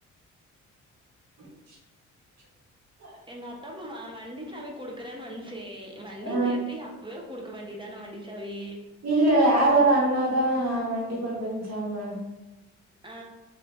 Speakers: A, on the right; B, on the right.
A: <unintelligible>
B: எங்க அத்தாப்பு வண்டி சாவி குடுக்குறேன்னு வந்ச்சே வண்டி
A: ஆ
B: நிறுத்தி அப்பவே குடுக்க வேண்டி தான வண்டி சாவி
A: இல்ல வேற ஒரு அண்ணாதா வண்டி கொண்டு வந்ச்சாமா
B: ஆ